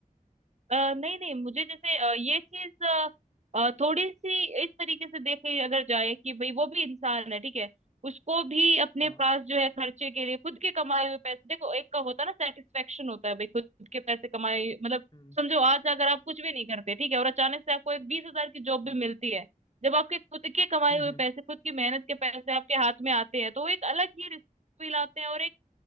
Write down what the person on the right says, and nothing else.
अ, नहीं नहीं मुझे जैसे अ, ये चीज अ, अ, थोड़ी सी इस तरीके से देखे अगर जाए कि भाई वो भी इंसान है ठीक है उसको भी अपने
पास जो है खर्चे के लिए खुद के कमाए हुए पैसे देखो एक का होता है ना सेटिस्फेक्शन होता है भाई खुद के पैसे कमाए मतलब
समझो आज अगर आप कुछ भी नहीं करते ठीक है और अचानक से आपको एक बीस हजार की जॉब
भी मिलती है जब आपके खुद के कमाए
हुए
पैसे खुद की मेहनत के पैसे आपके हाथ में आते हैं तो वो एक अलग ही रिस्क फील आते हैं और एक